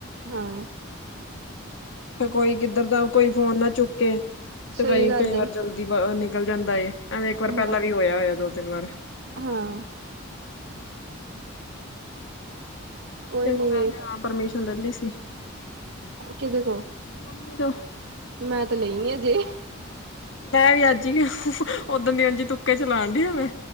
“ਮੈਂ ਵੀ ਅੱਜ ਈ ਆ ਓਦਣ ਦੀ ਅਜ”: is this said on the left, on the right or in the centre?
Left